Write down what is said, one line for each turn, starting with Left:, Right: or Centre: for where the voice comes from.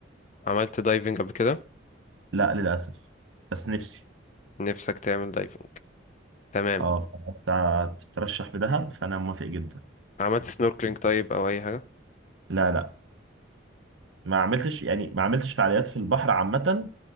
Left: عملت دايفنج قبل كده
Right: لا للاسف بس نفسي
Left: نفسك تعمل دايفنج تمام
Right: اه فأنت بتترشح في دهب فانا موافق جدا
Left: عملت سنوركلينج طيب او اي حاجه
Right: لا لا ما عملتش يعني ما عملتش فعاليات في البحر عامه